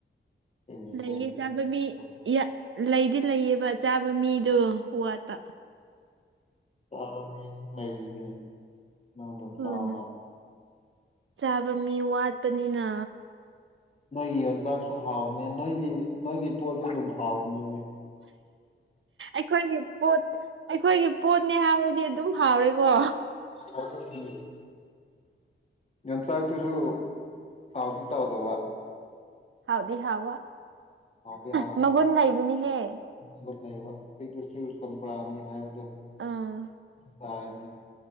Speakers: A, on the left (about 30°); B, on the right (about 75°).
A: ꯀꯔꯤ
B: ꯂꯩꯌꯦ
A: ꯀꯔꯤ ꯀꯔꯤ
B: ꯆꯥꯕ ꯃꯤ ꯌꯥ ꯂꯩꯗꯤ ꯂꯩꯌꯦꯕ ꯆꯥꯕ ꯃꯤꯗꯣ ꯋꯥꯠꯄ
A: <inaudible>
B: ꯎꯝ ꯆꯥꯕ ꯃꯤ ꯋꯥꯠꯄꯅꯤꯅ
A: ꯅꯣꯏꯒꯤ ꯌꯣꯡꯆꯥꯛꯁꯨ ꯍꯥꯎꯕꯅꯤ ꯅꯣꯏꯒꯤ ꯅꯣꯏꯒꯤ ꯄꯣꯠꯁꯦ ꯑꯗꯨꯝ ꯍꯥꯎꯕꯅꯤꯅꯦ
B: ꯑꯩꯈꯣꯏꯒꯤ ꯄꯣꯠ ꯑꯩꯈꯣꯏꯒꯤ ꯄꯣꯠꯅꯦ ꯍꯥꯏꯔꯗꯤ ꯑꯗꯨꯝ ꯍꯥꯎꯔꯦ ꯀꯣ
A: <inaudible> ꯌꯣꯡꯆꯥꯛꯇꯨꯁꯨ ꯆꯥꯎꯗꯤ ꯆꯥꯎꯗꯕ
B: ꯍꯥꯎꯗꯤ ꯍꯥꯎꯕ
A: ꯍꯥꯎꯗꯤ ꯍꯥꯎ
B: ꯃꯒꯨꯟ ꯂꯩꯕꯅꯤꯍꯦ
A: ꯗ ꯂꯩꯕ ꯄꯤꯛꯂꯁꯨ ꯆꯝꯄ꯭ꯔꯥꯅꯤ ꯍꯥꯏꯕꯗꯣ
B: ꯑꯥ
A: ꯑꯗꯨ ꯇꯥꯔꯦꯅꯦ